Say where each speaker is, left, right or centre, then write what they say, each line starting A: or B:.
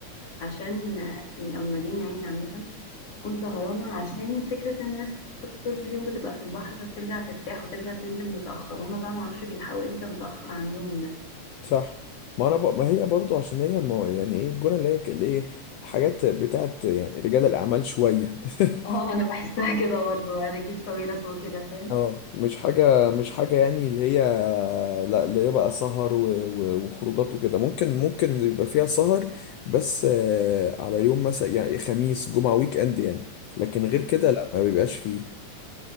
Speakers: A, on the left (about 50°); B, on the left (about 85°).
A: عشان آه، يعني او المدينه يعني عامه تكون سهرانه عشان فكره ان الناس الصبح طول اليوم بتبقى في البحر فبترجع ترتاح وترجع تنزل متاخر هما بقى معرفش بيلحقوا امتى متاخر عندهم ده
B: صح ما انا ب... ما هي برضو عشان هي ما يعني ايه الجونه اللي هي ك- اللي هي حاجات بتاعت يعني رجال الاعمال شويه <laughs>
A: <laughs> اه انا بحسها كده برضو انا اجيب ساويرس وكده فاهم
B: اه مش حاجه مش حاجه يعني اللي هي لا اللي هي بقى سهر و... و... وخروجات وكده ممكن ممكن يبقى فيها سهر بس آه، على يوم مثلا يعني خميس جمعه ويك اند يعني لكن غير كده
A: مم.
B: لا ما بيبقاش فيه